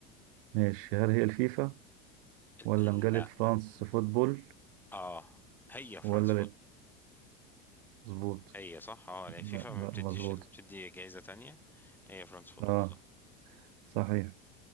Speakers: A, on the right; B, in the centre.
A: ماشي هل هي الفيفا ولا
B: لا
A: مجلة فرانس فوتبول
B: اه هي فرانس
A: ولا لا مظبوط
B: هي صح اه
A: لا
B: يعني فيفا ما
A: لا
B: بتديش
A: مظبوط
B: ال- بتدي جايزة تانية هي فرانس فوتبول
A: اه
B: صح
A: صحيح